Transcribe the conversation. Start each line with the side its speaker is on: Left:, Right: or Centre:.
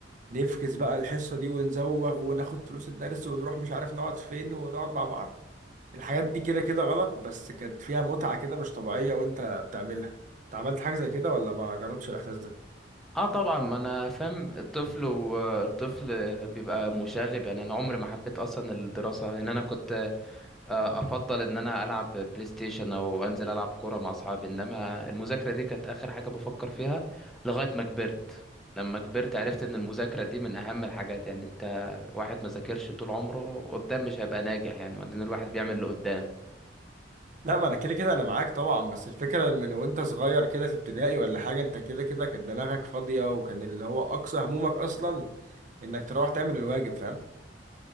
Right: نفكس بقى الحصة دي ونزوغ وناخد فلوس الدرس ونروح مش عارف نقعد فين ونقعد مع بعض الحاجات دي كده كده غلط بس كانت فيها متعة كده مش طبيعية وانت بتعملها انت عملت حاجة زي كده ولا ما جربتش الإحساس ده؟
Centre: اه طبعا ما انا فاهم الطفل والطفل بيبقى مشاغب يعني انا عمري ما حبيت اصلا الدراسة يعني انا كنت آه، افضل ان انا العب بلاي ستيشن او انزل العب كوره مع اصحابي انما المذاكره دي كانت اخر حاجه بفكر فيها لغايه ما كبرت لما كبرت عرفت ان المذاكره دي من اهم الحاجات يعني انت واحد ما ذاكرش طول عمره قدام مش هيبقى ناجح يعني وبعدين الواحد بيعمل اللي قدام
Right: لا ما انا كده كده انا معاك طبعا بس الفكرة من وانت صغير كده في ابتدائي ولا حاجة انت كده كده كانت دماغك فاضية وكان اللي هو أقصى همومك أصلا انك تروح تعمل الواجب فاهم؟